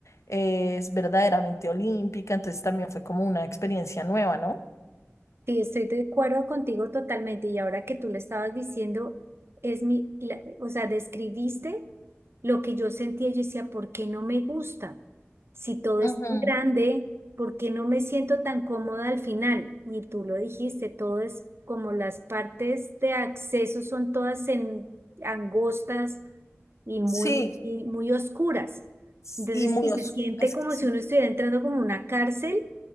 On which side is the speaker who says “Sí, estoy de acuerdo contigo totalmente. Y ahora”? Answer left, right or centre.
Right